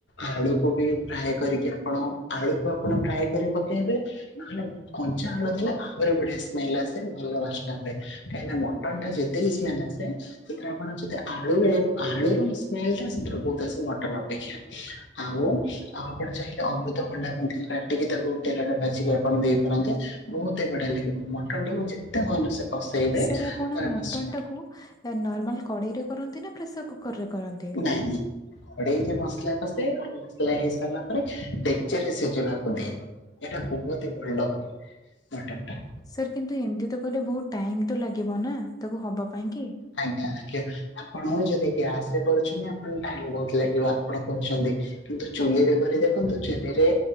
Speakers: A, on the left; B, on the left.
A: ଆଳୁକୁ ବି ଫ୍ରାଏ କରିକି ଆପଣ ଆଳୁକୁ ଆପଣ ଫ୍ରାଏ କରି ପକେଇବେ। ନହେଲେ କଞ୍ଚା ଆଳୁ ଦେଲେ ଆହୁରି ବଢିଆ ସ୍ମେଲ୍ ଆସେ ଭଲ ବାସ୍ନା ହୁଏ। କାହିଁକିନା ମଟନ୍ ଟା ଯେତେ ବି ସ୍ମେଲ୍ ଆସେ ସେଥିରେ ଆପଣ ଯଦି ଆଳୁରେ ଆଳୁ ର ସ୍ମେଲ୍ ଟା ସେଥିରେ ବହୁତ୍ ଆସେ ମଟନ୍ ଅପେକ୍ଷା। ଆଉ ଆଉ ଆପଣ ଚାହିଁଲେ ଅମୃତଭଣ୍ଡା ମଧ୍ୟ କାଟିକି ତାକୁ ତେଲରେ ଭାଜିକି ଆ ମଟନ ଦେଇପାରନ୍ତେ, ବହୁତ ହିଁ ବଢିଆ ଲାଗିବ। ମଟନ୍ ଟାକୁ ଯେତେ ଭଲସେ କଷେଇବେ
B: ସାର୍ ଆପଣ
A: ତାର
B: ମଟନ୍
A: ବାସ୍ନା
B: ଟାକୁ ନର୍ମାଲ କଡେଇ ରେ କରନ୍ତି ନା ପ୍ରେସର କୁକର ରେ କରନ୍ତି?
A: ନାଇଁ ନାଇଁ। ଘଡେଇରେ ମସଲା କସେ, ଆଉ ମସଲା ହେଇ ସାରିଲା ପରେ ଡେକ୍ଚି ରେ ସିଝିବାକୁ ଦିଏ। ଏଟା ବହୁତି ଭଲ ମଟନ୍ ଟା।
B: ସାର୍ କିନ୍ତୁ ଏମତି ତ କହିଲେ ବହୁତ ଟାଇମ୍ ତ ଲାଗିବ ନା ତାକୁ ହବା ପାଇଁ କି।
A: ଆଜ୍ଞା ଆଜ୍ଞା। ଆପଣ ଯଦି ଗ୍ୟାସ୍ ରେ କରୁଛନ୍ତି ଆପଣଙ୍କୁ ଟାଇମ୍ ବହୁତ ଲାଗିବ ଆପଣ କହୁଛନ୍ତି। କିନ୍ତୁ ଚୁଲିରେ କରି ଦେଖନ୍ତୁ, ଚୁଲିରେ